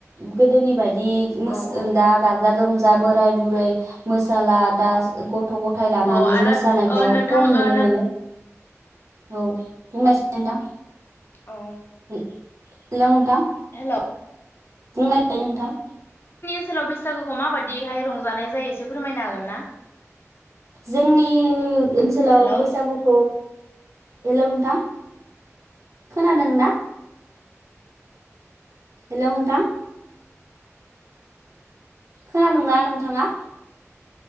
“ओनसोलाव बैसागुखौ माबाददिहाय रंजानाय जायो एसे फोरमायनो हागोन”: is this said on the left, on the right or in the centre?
Left